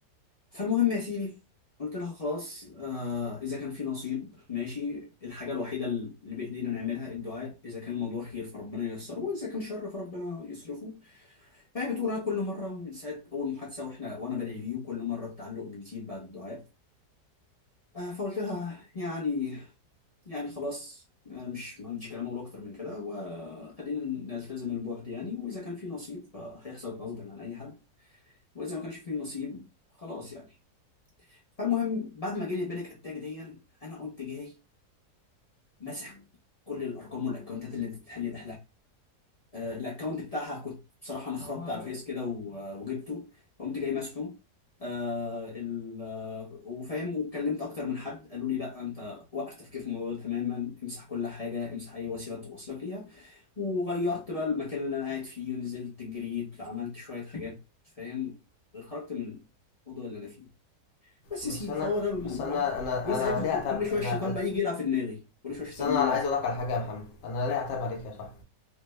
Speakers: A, on the left (about 45°); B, on the left (about 85°).
A: فالمهم يا سيدي قلت لها خلاص آه اذا كان في نصيب ماشي الحاجه الوحيده اللي بايدينا نعملها الدعاء اذا كان الموضوع خير فربنا ييسره واذا كان شر فربنا يصرفه فهي بتقول انا كل مره من ساعه اول محادثه واحنا وانا بدعي بيه وكل مره التعلق بيزيد بعد الدعاء آه، فقلت لها يعني يعني خلاص انا مش ما عنديش كلام اقول اكتر من كده وخلينا نلتزم البعد يعني واذا كان في نصيب فهيحصل غصب عن اي حد واذا ما كانش في نصيب خلاص يعني فالمهم بعد ما جالي البانيك اتاك دي انا قمت جاي مسح كل الارقام والاكونتات اللي بتتحلل آه، الاكونت بتاعها كنت بصراحه انا خربت على الفيس كده و- وجبته قمت جاي مسحه آه ال آه، وفاهم واتكلمت اكتر من حد قالوا لي لا انت وقف تفكير في الموضوع ده تماما امسح كل حاجه امسح اي وسيله توصلك ليها وغيرت بقى المكان اللي انا قاعد فيه ونزلت جريت عملت شويه حاجات فاهم خرجت من الموضوع اللي انا فيه بس
B: بس
A: يا سيدي
B: انا
A: فهو ده الموضوع
B: بس انا انا
A: من ساعتها
B: انا ليه اعتب
A: كل شويه
B: انا
A: الشيطان بقى يجي يلعب في دماغي كل شويه الشيطان
B: بس انا
A: يجي يلعب
B: انا عايز
A: في
B: اقول لك على حاجة يا محمد انا ليه اعتب عليك يا صاحبي